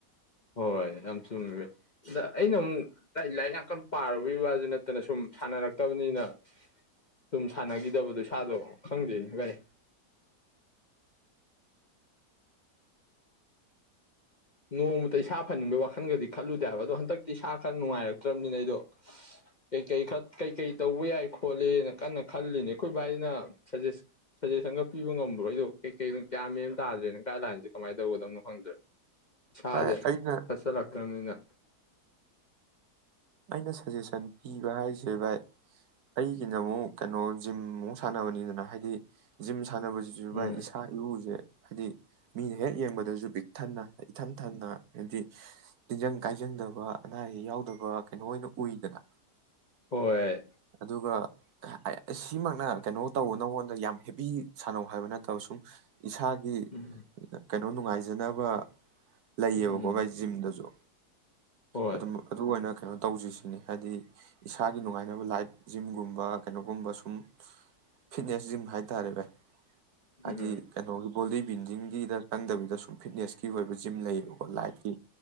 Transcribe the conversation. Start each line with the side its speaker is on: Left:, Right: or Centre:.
Left: ꯍꯣꯏ ꯌꯥꯝ ꯆꯨꯝꯃꯦꯕ ꯑꯗ ꯑꯩꯅ ꯑꯃꯨꯛ ꯂꯥꯏꯔꯤꯛ ꯂꯥꯏꯔꯤꯛ ꯌꯥꯝ ꯀꯟꯅ ꯄꯥꯔꯨꯕꯒꯤ ꯋꯥꯁꯨ ꯅꯠꯇꯅ ꯁꯨꯝ ꯁꯥꯟꯅꯔꯛꯇꯕꯅꯤꯅ ꯁꯨꯝ ꯁꯥꯟꯅꯈꯤꯗꯕꯗꯣ ꯏꯁꯥꯗꯣ ꯈꯪꯗꯦ ꯀꯩ ꯅꯣꯡꯃꯇ ꯏꯁꯥ ꯐꯅꯤꯡꯕꯩ ꯋꯥꯈꯟꯒꯗꯤ ꯈꯜꯂꯨꯗꯦ ꯍꯥꯏꯕ ꯑꯗꯣ ꯍꯟꯗꯛꯇꯤ ꯏꯁꯥ ꯈꯔ ꯅꯨꯡꯉꯥꯏꯔꯛꯇ꯭ꯔꯕꯅꯤꯅ ꯑꯩꯗꯣ ꯀꯩꯀꯩ ꯈꯔ ꯀꯩꯀꯩ ꯇꯧꯕ ꯌꯥꯏ ꯈꯣꯠꯂꯤꯦꯅ ꯀꯟꯅ ꯈꯜꯂꯤꯅꯦ ꯑꯩꯈꯣꯏ ꯚꯥꯏꯅ ꯁꯖꯦꯁ ꯁꯖꯦꯁꯟꯒꯔ ꯄꯤꯕ ꯉꯝꯕ꯭ꯔꯣ ꯑꯩꯗꯣ ꯀꯩꯀꯩꯅ ꯀ꯭ ꯃꯦꯝ ꯇꯥꯗ꯭ꯔꯦꯅ ꯒꯥꯏꯗꯂꯥꯏꯟꯁꯦ ꯀꯃꯥꯏꯅ ꯇꯧꯒꯗꯕꯅꯣ ꯍꯪꯗ꯭ꯔꯦ ꯁꯥꯖ
Right: ꯚꯥꯏ ꯑꯩꯅ
Left: ꯐꯁꯥꯛꯀꯅꯤꯅ
Right: ꯑꯩꯅ ꯁꯖꯦꯁꯟ ꯄꯤꯕ ꯍꯥꯏꯁꯤ ꯦ ꯚꯥꯏ ꯑꯩꯒꯤꯅ ꯑꯃꯨꯛ ꯀꯩꯅꯣ ꯖꯤꯝ ꯑꯃꯨꯛ ꯁꯥꯟꯅꯕꯅꯤꯗꯅ ꯍꯥꯏ ꯍꯥꯏꯗꯤ ꯖꯤꯝ ꯁꯥꯟꯅꯕꯁꯤꯁꯨ
Left: ꯎꯝ
Right: ꯚꯥꯏ ꯏꯁꯥ ꯏꯎꯁꯦ ꯍꯥꯏꯗꯤ ꯃꯤꯅ ꯍꯦꯛ ꯌꯦꯡꯕꯗꯁꯨ ꯄꯤꯛ ꯊꯟꯅ ꯏꯊꯟ ꯊꯟꯅ ꯍꯥꯏꯕꯗꯤ ꯇꯤꯟꯖꯪ ꯀꯥꯏꯖꯪꯗꯕ ꯑꯅꯥ ꯑꯌꯦꯛ ꯌꯥꯎꯗꯕ ꯀꯩꯅꯣ ꯑꯣꯏꯅ ꯎꯏꯗꯅ
Left: ꯍꯣꯏ
Right: ꯑꯗꯨꯒ ꯁꯤꯃꯛꯅ ꯀꯩꯅꯣ ꯇꯧꯕ ꯅꯪꯉꯣꯟꯗ ꯌꯥꯝ ꯍꯦꯕꯤ ꯁꯥꯟꯅꯧ ꯍꯥꯏꯕ ꯅꯠꯇꯕ ꯁꯨꯝ ꯏꯁꯥꯒꯤ
Left: ꯎꯝ
Right: ꯑꯗꯨ ꯅꯨꯡꯉꯥꯏꯖꯅꯕ ꯂꯩꯌꯦꯕꯀꯣ
Left: ꯎꯝ
Right: ꯚꯥꯏ ꯖꯤꯝꯗꯁꯨ
Left: ꯍꯣꯏ
Right: ꯑꯗꯨꯝ ꯑꯗꯨ ꯑꯣꯏꯅ ꯇꯧꯁꯤ꯭ꯁꯤꯅꯤ ꯍꯥꯏꯗꯤ ꯏꯁꯥꯒꯤ ꯅꯨꯡꯉꯥꯏꯅꯕ ꯂꯥꯏꯠ ꯖꯤꯝꯒꯨꯝꯕ ꯀꯩꯅꯣꯒꯨꯝꯕ ꯁꯨꯝ ꯐꯤꯠꯅꯦꯁ ꯖꯤꯝ ꯍꯥꯏꯇꯥꯔꯦ ꯚꯥꯏ ꯍꯥꯏꯗꯤ
Left: ꯎꯝ
Right: ꯀꯩꯅꯣꯒꯤ ꯣꯗꯤꯕꯤꯟꯖꯤꯡꯒꯤꯗ ꯆꯪꯗꯕꯤꯗ ꯁꯨꯝ ꯐꯤꯠꯅꯦꯁꯀꯤ ꯑꯣꯏꯕ ꯖꯤꯝ ꯂꯩꯌꯦꯕꯀꯣ ꯂꯥꯏꯠꯀꯤ